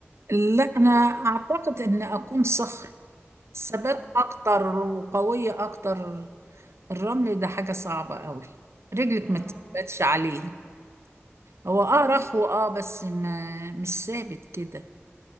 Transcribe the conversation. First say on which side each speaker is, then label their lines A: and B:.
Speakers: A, on the right; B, on the right.
A: لا انا اعتقد ان اكون صخر ثبات
B: اه
A: اكتر وقوية اكتر الرمل ده حاجة صعبة قوي رجلك
B: اه
A: ما تثبتش عليه هو
B: اه
A: اه رخو اه بس ما مش ثابت كده